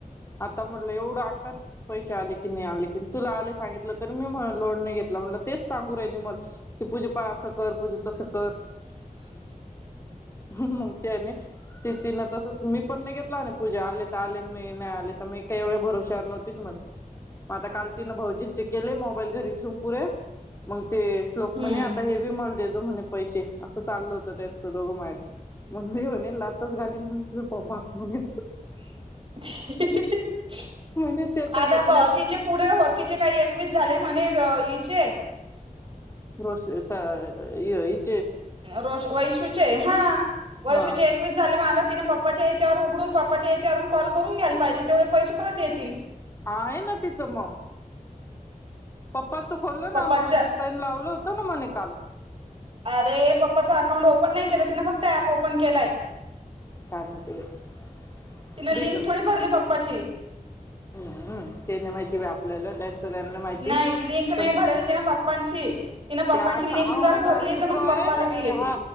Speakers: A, on the left; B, on the right.
A: आता म्हटलं एवढं आका पैसे आले कि नाही आले की तुला आले. सांगितलं तर मी लोड नाही घेतला म्हण तेच सांगू राहिली म की पूजे पा असं कर पूजे तसं कर
B: <unintelligible>
A: मग ते नाही ति तिन तसच मी पण नाही घेतला पूजा आले तर आले नाही नाही आले तर म मी काही एवढ्या भरोशवर नव्हती म्ह मग आता काल तिन भाऊजी चे केले मोबाईल घरी ठेवून पुरे मग ते श्लोक
B: हम्म
A: म्हणे आता हे बी मल दे जो म्हणे पैसे असं चाललं होत त्यांचं दोघं माय ले मुंबई म्हणे लातच घालीन म्हणे तुझ बाप म्हणे
B: <unintelligible>
A: म्हणे ते तर
B: आता
A: घेतले
B: प तिचे पुढे हो तिचे काही एकवीस झाले म्हणे हिचे
A: <unintelligible>
B: रोष वैशूचे हा वैशूचे
A: हा
B: एकवीस झाले मग आता तिन पप्पाचे येचावर तकडून पप्पाच्या याच्यावरून कॉल करून घ्यायला पाहिजे तेवढे पैसे परत येतील
A: हा आहे ना तिचं मग पप्पांच खोललं
B: पप्पाच्या
A: ना म लावलं होतं ना मणे काल
B: अरे पप्पाच अकाउंट ओपन नाही केलं तिने फक्त ऍप ओपन केलाय.
A: काम होते बाई
B: तिने
A: दे
B: लिंक
A: इकडं
B: थोडी भरली पप्पाची.
A: हम्म तेने माहिती व आपल्याला सगळ्यांना माहितीय
B: नाही लिंक नाही
A: पण
B: भरेल तिनं पप्पांची तिनं पप्पांची
A: ते आज
B: लिंक
A: हो
B: जर
A: आज
B: भरली
A: आज शुक्रवार
B: तर मग पप्पाला
A: आहे ना
B: बी
A: अरे
B: येते
A: हा